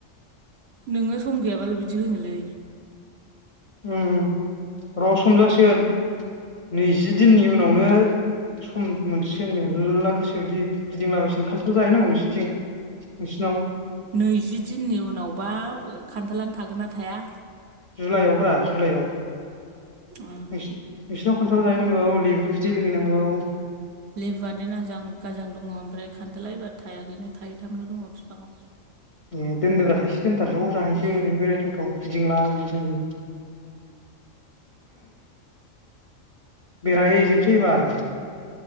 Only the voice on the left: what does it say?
उम र' सम जासिगोन नैजि दिननि उनावनो सम मोनसिगोन मेरला गोसो बादि गिदिंला बायसिग खान्थाल जाहै नांगौ नोंसोरनिथिं नोंसिनाव
जुलाइआवब्रा जुलाइआव
नोंसि नोंसिनाव खान्थाल जाहैनांगौ लेबु बिदै लोहैनांगौ।
ए दोनदोब्रा थाइसे दोनथार ज' जाहैसै
ओरैनो बेरायथावथाव गिदिंला गिदिंलि बेरायहैजोबसै एबार